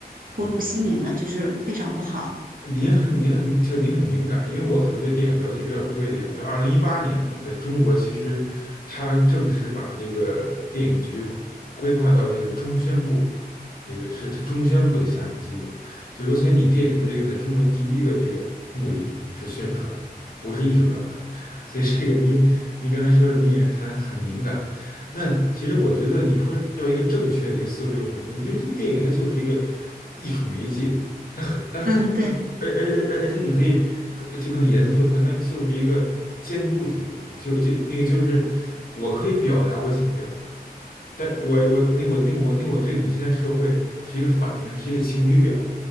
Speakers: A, on the right (about 60°); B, on the left (about 60°).
A: 荼毒心灵了，
B: 嗯。
A: 就是非常不好。
B: 您很您很您就您很敏感，因为我可能对电影了解比较多一点。在二零一八年呢，在中国其实它正式把这个电影局规划到这个中宣部，那个是它中宣部的下属机构。就是说，所以你电影的这个在中国第一个这个目的是宣传，不是艺术表达。所以这个您您刚才说的，您也看来很敏感。那其实我觉得你说要一个正确的一个思路就是什么呢？因为这电影它就是一个艺术媒介。它很、它很、
A: 嗯，对，
B: 而而而而而且你可以更就更严肃地看，它就是一个监督机构，就就那个就是我可以表达我想表达的，但我我那我那我那我对你现在社会是一个反应，是一个情侣表，